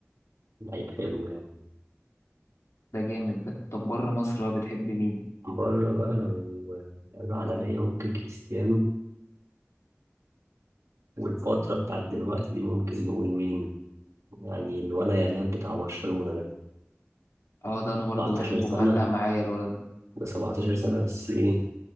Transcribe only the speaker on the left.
ده جامد ده طب بره مصر بقى بتحب مين
اه ده انا برضه
بحبه
معلق معايا الولد ده